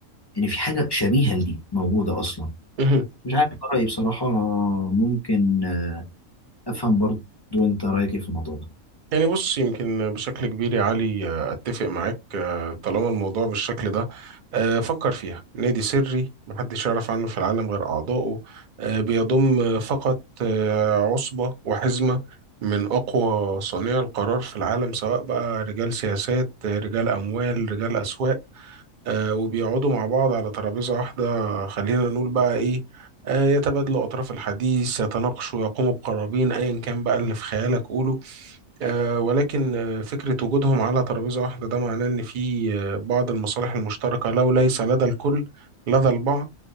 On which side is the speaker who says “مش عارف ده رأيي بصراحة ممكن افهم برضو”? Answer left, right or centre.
Left